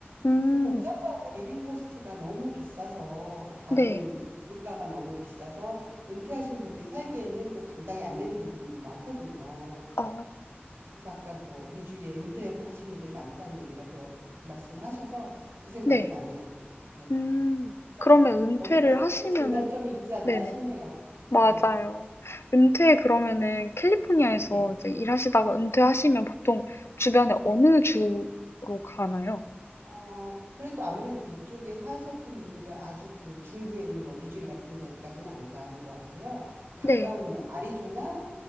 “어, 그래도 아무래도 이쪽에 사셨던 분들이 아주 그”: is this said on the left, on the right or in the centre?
Right